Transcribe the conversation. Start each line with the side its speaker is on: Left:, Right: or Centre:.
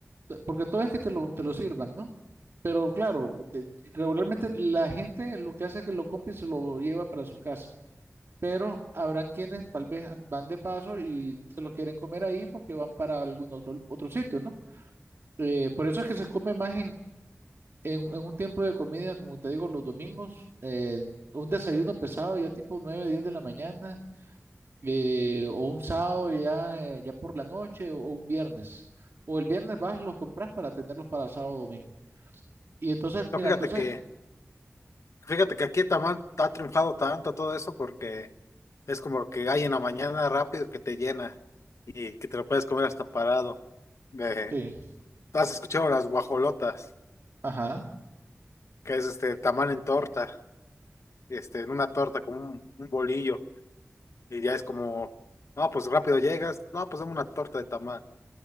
Right: t- porque todo es que te lo, te lo sirvan, ¿no? Pero claro, de- regularmente la gente lo que hace es que lo compra y se lo lleva para su casa, pero habrán quienes tal vez an- van de paso y se lo quieren comer ahí porque van para algún otro, otro sitio, ¿no? Eh, por eso es que se come más en, en un tiempo de comida, como te digo, los domingos, eh, un desayuno pesado ya tipo 9 10 de la mañana, eh, o un sábado ya, eh, ya por la noche, o un viernes. O el viernes vas, los compras para tenerlos para sábado o domingo. Y entonces,
Left: Pero
Right: mira,
Left: fíjate
Right: entonces,
Left: que, fíjate que aquí Tamán ha triunfado tanto todo eso porque es como lo que hay en la mañana rápido que te llena y que te lo puedes comer hasta parado. De,
Right: sí,
Left: ¿has escuchado las guajolotas?
Right: ajá,
Left: Que es este tamal en torta, este, en una torta como un, un bolillo. Y ya es como, no, pues rápido llegas, no, pues dame una torta de tamal.